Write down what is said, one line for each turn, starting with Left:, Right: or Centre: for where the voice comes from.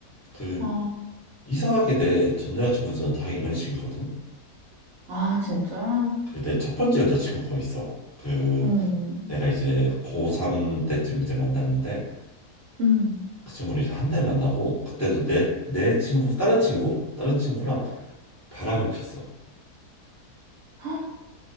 Left: 그
Right: 아,
Left: 이상하게 내 전 여자친구들은 다 이런 식이거든.
Right: 아 진짜?
Left: 그 내 첫 번째 여자친구가 있어. 그
Right: 음.
Left: 내가 이제 고3 때쯤 이제 만났는데
Right: 음.
Left: 그 친구를 이제 한 달 만나고 그때도 내 내 친구 다른 친구 다른 친구랑 바람을 폈어.
Right: 헉?